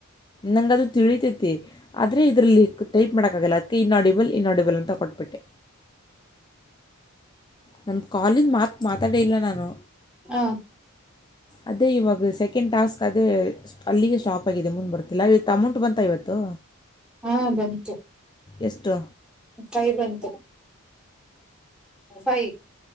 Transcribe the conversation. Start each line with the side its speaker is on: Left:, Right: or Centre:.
Left: ನಂಗ ಅದು ತಿಳಿತೈತಿ. ಆದರೆ ಇದರಲ್ಲಿ ಟೈಪ್ ಮಾಡೋಕ್ಕಗಲ್ಲ ಅದಕ್ಕೆ ಇನ್ ಆಡಿಬಲ್ ಇನ್ ಆಡಿಬಲ್ ಅಂತ ಕೊಟ್ಟ ಬಿಟ್ಟೆ.
Centre: ಹಾ
Left: ನನ್ನ ಕೋಲ್ ನ ಮಾತ್ ಮಾತಾಡೇ ಇಲ್ಲ ನಾನು?
Centre: ಹಾ
Left: ಅದೇ ಇವಾಗ ಸೆಕೆಂಡ್ ಟಾಸ್ಕ್ ಅದೇ ಅಲ್ಲಿಗೆ ಸ್ಟಾಪ್ ಮುಂದ್ ಬರ್ತಿಲ್ಲ ಇವತ್ತು ಅಮೌಂಟ್ ಬಂತಾ ಇವತ್ತು
Centre: ಹಾ ಬಂತಟು
Left: ಎಷ್ಟು
Centre: ಫೈವ ಬಂತು ಫೈ